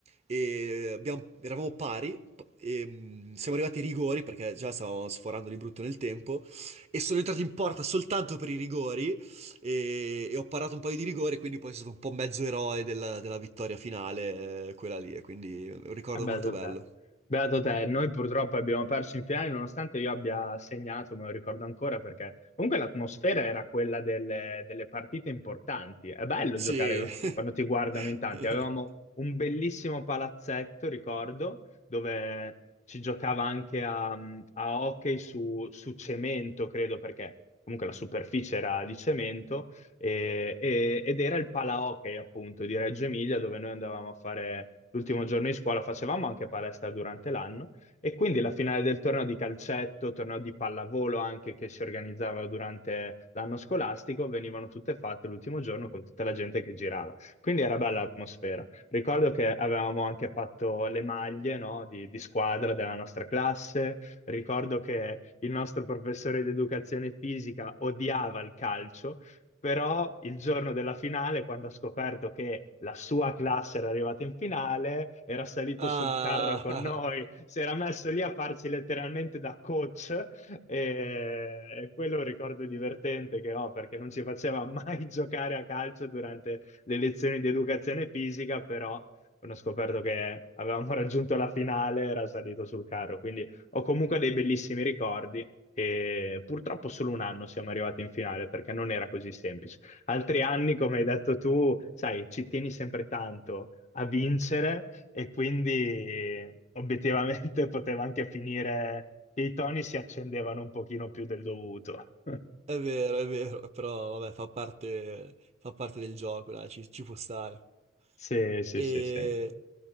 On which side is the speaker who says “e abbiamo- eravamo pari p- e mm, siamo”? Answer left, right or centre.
Right